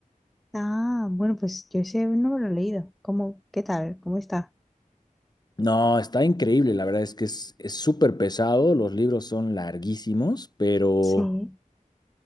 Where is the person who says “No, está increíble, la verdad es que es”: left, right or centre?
Left